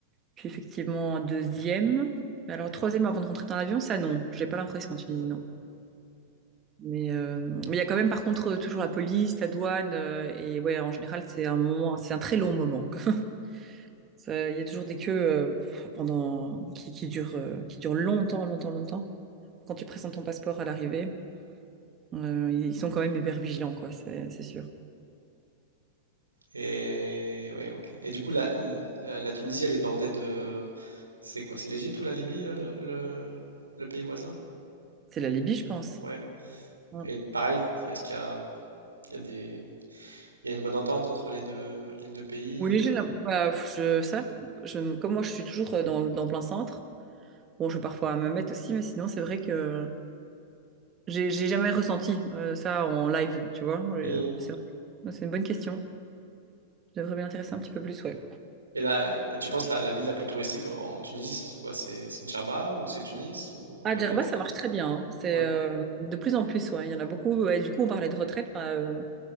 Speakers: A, on the right; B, on the right.
A: puis effectivement un deuxième. Mais alors, troisième avant de rentrer dans l'avion, ça, non. J'ai pas l'impression en Tunisie,
B: Mm.
A: Mais euh, mais il y a quand même, par contre, euh, toujours la police, la douane, euh, et ouais, en général, c'est un moment, c'est un très long moment. <laughs> Ça- Il y a toujours des queues euh, pendant qui, qui durent, euh, qui durent longtemps, longtemps, longtemps. Quand tu présentes ton passeport à l'arrivée, euh, ils sont quand même hyper vigilants, quoi. C'est, c'est sûr.
B: Et ouais, ok. Et du coup, la, la- la Tunisie, elle est bordée de... C'est quoi? C'est l'Égypte ou la Libye, euh, le, le- le pays voisin?
A: C'est la Libye, je pense.
B: Ouais.
A: Ouais.
B: Et pareil, est-ce qu'il y a, il y a des... il y a une bonne entente entre les deux, les deux pays?
A: Oui, j'ai la- bah, je, ça, je, comme moi, je suis toujours euh, dans, le- dans plein centre. Bon, je vais parfois à ma mette aussi, mais sinon, c'est vrai que j'ai j'ai jamais ressenti euh, ça en live, tu vois. Euh,
B: Mhm.
A: C'est vrai. Ouais, C'est une bonne question. Je devrais m'y intéresser un petit peu plus, ouais.
B: Et, là, et tu penses la, la ville la plus touristique en, en Tunisie, ça serait quoi? C'est c'est Djerba ou c'est Tunis ou
A: Ah,
B: Hammamet?
A: Djerba, ça marche très bien. hein. C'est
B: Ouais,
A: euh, de plus en plus, ouais. Il y en a beaucoup. Et du coup, on parlait de retraite. bah, euh,